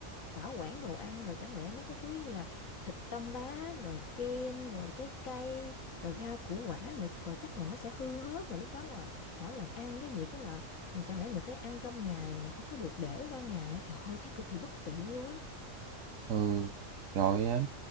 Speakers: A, on the left; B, on the right.
A: bảo quản đồ ăn rồi chẳng lẽ mấy cái thứ như là thịt đông đá rồi kem rồi trái cây rồi rau củ quả rồi rồi chắc là nó sẽ hư hết và lúc đó là mỗi lần ăn cái gì cái là chẳng lẽ mình phải ăn trong ngày mà mình không có được để qua ngày trời ơi thấy cực kỳ bất tiện luôn á
B: Ừ, rồi, à